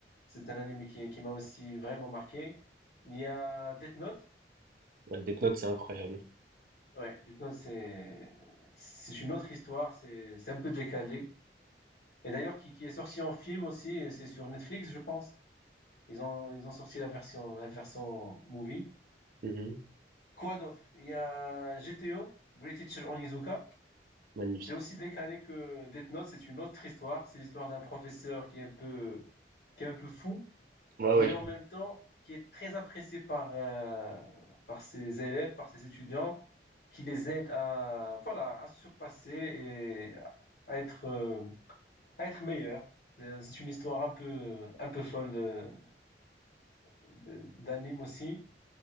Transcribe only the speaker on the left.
C'est un anime qui, qui m'a aussi vraiment marqué. Il y a Death Note.
Ouais, Death Note, c'est c'est une autre histoire. C'est c'est un peu décalé. Et d'ailleurs, qui, qui est sorti en film aussi. et C'est sur Netflix, je pense. Ils ont, ils ont sorti la version, la version movie.
Quoi d'autre? Il y a GTO, Great Teacher Onizuka.
C'est aussi décalé que Death Note, c'est une autre histoire. C'est l'histoire d'un professeur qui est un peu, qui est un peu fou,
mais
en même temps qui est très apprécié par, euh, par ses élèves, par ses étudiants, qui les aide à, voilà, à se surpasser et à être, euh, à être meilleur. C'est c'est une histoire un peu, un peu folle de- de- d'anime aussi.